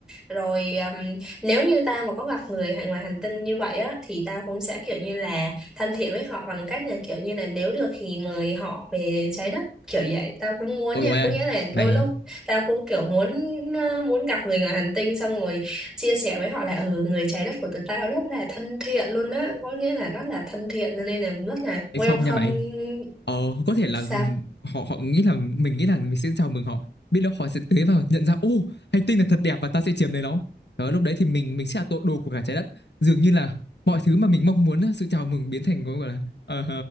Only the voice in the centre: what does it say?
rồi um, nếu như tao mà có gặp người hay ngoài hành tinh như vậy á thì tao cũng sẽ kiểu như là thân thiện với họ bằng cách là kiểu như là nếu được thì mời họ về trái đất kiểu vậy tao cũng muốn
nha
có
nghĩa là
đôi lúc tao cũng kiểu muốn ờ, muốn gặp người ngoài hành tinh xong rồi chia sẻ với họ là ừ, người trái đất của tụi tao rất là thân thiện luôn á có nghĩa là rất là thân thiện cho nên là rất là
welcome
sao